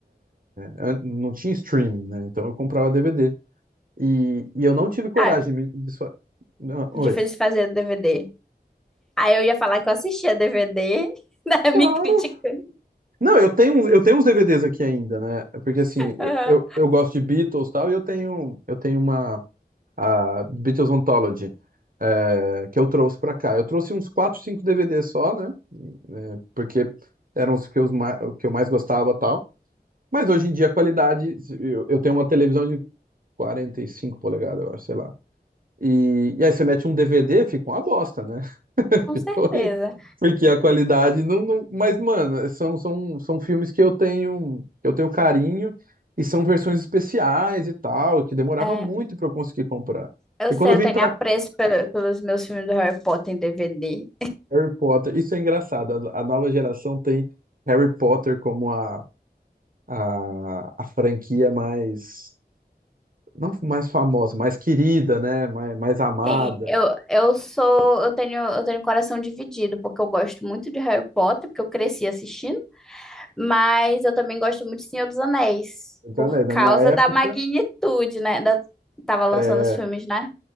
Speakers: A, on the right; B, in the centre.
A: Ah, Não tinha streaming, né? Então eu comprava DVD. E, e eu não tive coragem
B: Ah, é
A: de... me- de fa- Ah, oi.
B: difícil fazer DVD. Aí eu ia falar que eu assistia DVD, <laughs> né?
A: Claro.
B: Me criticando.
A: Não, eu tenho, uns- eu tenho uns DVDs aqui ainda, né? Porque assim, eu,
B: Aham,
A: eu, eu gosto de Beatles e tal, e eu tenho, eu tenho uma. a Beatles Anthology, é, que eu trouxe para cá. Eu trouxe uns 4, 5 DVDs só, né? É, porque eram os que, os mais, que eu mais gostava e tal. Mas hoje em dia a qualidade, eu, eu tenho uma televisão de 45 polegadas, eu acho, sei lá. E, e aí você mete um DVD, fica uma bosta, né? <laughs>
B: Com
A: Fica
B: certeza.
A: horrível. Porque a qualidade não, não- Mas, mano, são, são, são filmes que eu tenho, que eu tenho carinho e são versões especiais e tal, que demorava
B: É,
A: muito para eu conseguir comprar.
B: eu
A: E
B: sei,
A: quando eu
B: eu
A: vim
B: tenho
A: para
B: apreço pe- pelos meus filmes do Harry Potter em DVD.
A: Harry Potter, isso é engraçado. A, a nova geração tem Harry Potter como a, a, a franquia mais, não mais famosa, mais querida, né? Mais, mais amada.
B: Sim, eu, eu sou, eu tenho, eu tenho coração dividido, porque eu gosto muito de Harry Potter, porque eu cresci assistindo Mas eu também gosto muito de Senhor dos Anéis,
A: Entendeu?
B: por
A: Na
B: causa
A: minha época,
B: da magnitude, né? Da... Tava lançando
A: é,
B: os filmes, né?